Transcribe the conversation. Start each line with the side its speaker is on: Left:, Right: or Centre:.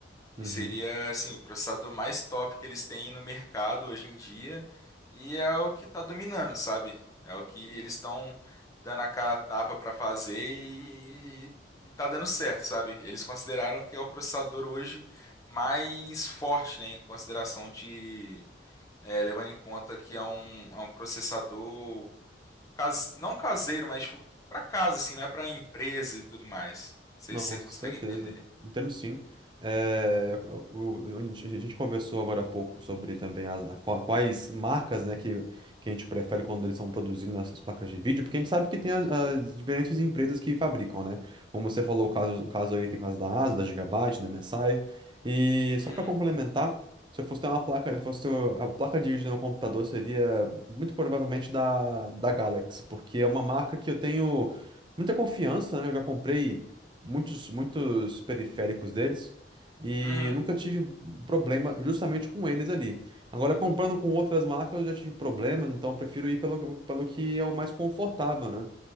Left: que
Right: uhum.
Left: seria assim o processador mais top que eles têm no mercado hoje em dia e é o que está dominando, sabe? É o que eles estão dando a cara a tapa para fazer e, e tá dando certo, sabe? Eles consideraram que é o processador hoje mais forte, né, em consideração de é, levando em conta que é um, é um processador case, não caseiro, mas tipo, para casa assim, não é para empresa e tudo mais. Não sei
Right: Não,
Left: se
Right: com
Left: você consegue
Right: certeza.
Left: entender.
Right: Entendo sim. É, o- o- a gente a gente conversou agora há pouco sobre também a- a qua- quais marcas, né, que, que a gente prefere quando eles estão produzindo essas placas de vídeo, porque a gente sabe que tem as, as diferentes empresas que fabricam, né? Como você falou, o caso, o caso aí tem o caso da ASUS, da Gigabyte, da MSI. E só
Left: Uhum,
Right: para complementar, se eu fosse ter uma placa, se fosse ter a placa de vídeo no meu computador, seria muito provavelmente da, da Galaxy, porque é uma marca que eu tenho muita confiança, né? Eu já comprei muitos, muitos periféricos deles e
Left: uhum,
Right: eu nunca tive problema justamente com eles ali. Agora, comprando com outras marcas, eu já tive problemas, então eu prefiro ir pelo, pelo que é o mais confortável, né?